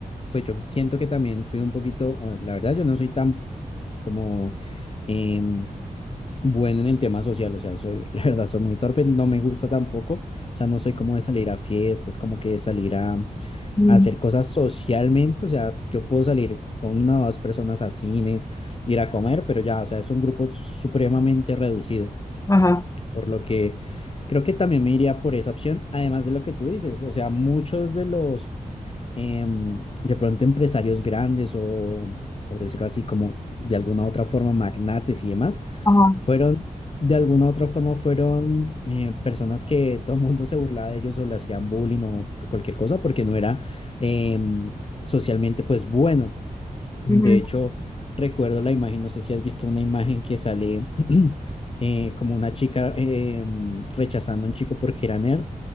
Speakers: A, on the left; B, on the left.
A: pues yo siento que también fui un poquito, o la verdad, yo no soy tan como... em, bueno en el tema social, o sea, soy, <laughs> la verdad, soy muy torpe, no me gusta tampoco, o sea, no soy como de salir a fiestas, como que de salir a, a
B: Mm,
A: hacer cosas socialmente, o sea, yo puedo salir con una o dos personas a cine, ir a comer, pero ya, o sea, es un grupo supremamente reducido,
B: Ajá,
A: por lo que creo que también me iría por esa opción, además de lo que tú dices, o sea, muchos de los em, de pronto empresarios grandes o, por decirlo así, como de alguna otra forma, magnates y demás,
B: ajá,
A: fueron, de alguna otra forma, fueron eh, personas que todo el mundo se burlaba de ellos o le hacían bullying o por cualquier cosa porque no era em, socialmente, pues bueno. De
B: ujú,
A: hecho, recuerdo la imagen, no sé si has visto una imagen que sale <clears throat> eh, como una chica eh, mm, rechazando a un chico porque era nerd